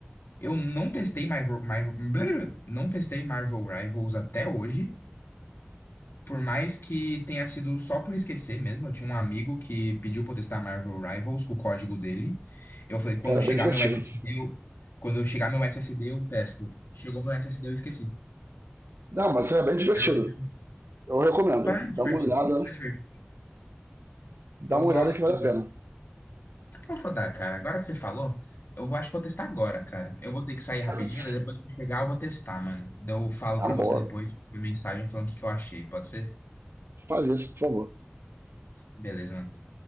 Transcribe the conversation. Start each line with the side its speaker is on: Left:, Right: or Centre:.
Left: Eu não testei Marvel, Marvel, <grunts> não testei Marvel Rivals até hoje, por mais que tenha sido só por esquecer mesmo. Eu tinha um amigo que pediu pra eu testar Marvel Rivals com o código dele. Eu falei, quando
Right: Cara,
Left: chegar
Right: é bem divertido.
Left: meu SSD, eu- quando eu chegar meu SSD, eu testo. Chegou meu SSD, eu esqueci.
Right: Não, mas é bem divertido.
Left: Até hoje.
Right: Eu recomendo.
Left: Para divertido,
Right: Dá uma olhada,
Left: para divertido.
Right: dá
Left: Eu
Right: uma
Left: gosto.
Right: olhada que vale a pena.
Left: Eu vou dar, cara. Agora que você falou, eu vou, acho que vou testar agora, cara. Eu vou ter que sair
Right: <laughs>
Left: rapidinho, daí depois que eu chegar eu vou testar, mano. Daí Eu falo
Right: É
Left: pra
Right: amor.
Left: você depois uma mensagem falando o que que eu achei. Pode ser?
Right: faz isso, por favor.
Left: Beleza, mano.